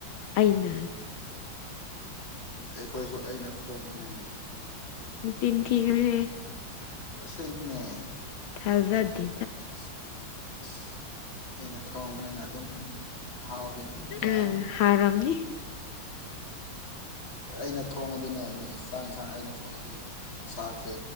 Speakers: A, on the left; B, on the left.
A: ꯑꯩꯅ
B: ꯑꯩꯈꯣꯏꯁꯨ ꯑꯩꯅ ꯊꯣꯡꯕꯅꯤꯅꯦ
A: ꯖꯤꯤꯟ ꯊ ꯔꯦ
B: ꯄꯁꯦꯡꯕꯅꯦ
A: ꯍꯖꯥꯗꯤ
B: ꯑ ꯑꯁ ꯑꯩꯅ ꯊꯋꯥꯕꯅꯦ ꯑꯅ ꯑꯗꯨꯝ ꯃꯍꯥꯎꯗꯤ ꯑꯗꯨꯝ ꯌꯥꯏ
A: ꯑꯥ ꯍꯥꯎꯔꯝꯅꯤ
B: ꯑꯩꯅ ꯊꯣꯡꯉꯗꯤꯅꯦ ꯑꯩꯅ ꯆꯥꯡ ꯌꯦꯟꯁꯥꯡ ꯑꯩꯅ ꯊꯣꯡꯉꯗꯤ ꯆꯥꯛꯁꯦ